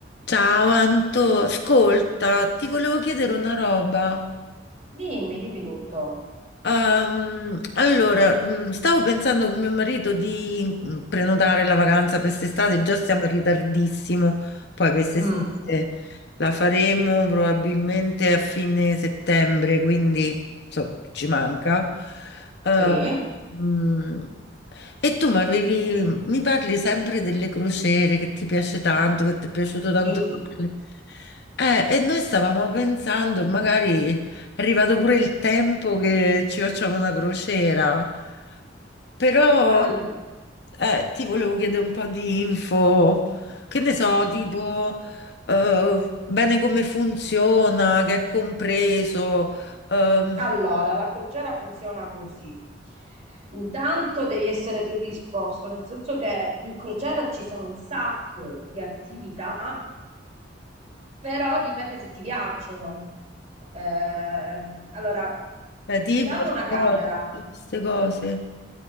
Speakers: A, on the left; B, on the right.
A: Ciao Anto, ascolta, ti volevo chiedere una roba.
B: Dimmi, dimmi tutto.
A: Ehm, allora, mm, stavo pensando con mio marito di mm, prenotare la vacanza per quest'estate, già siamo in ritardissimo, poi per quest'estate
B: Mm,
A: la faremo probabilmente a fine settembre, quindi insomma ci manca. Eh,
B: sì,
A: mm, e tu mi avevi mi parli sempre delle crociere che ti piace tanto, che ti è piaciuto tanto.
B: Devi-
A: farle. Eh, e noi stavamo pensando, magari è arrivato pure il tempo che ci facciamo una crociera, però
B: allo-
A: eh, ti volevo chiedere un po' di info, che ne so, tipo eh, bene come funziona, che è compreso, ehm,
B: Allora, la crociera funziona così. Intanto devi essere predisposto, nel senso che in crociera ci sono un sacco di attività, però dipende se ti piacciono. Ehm, allora,
A: eh, tipo
B: ti danno una camera,
A: queste cose.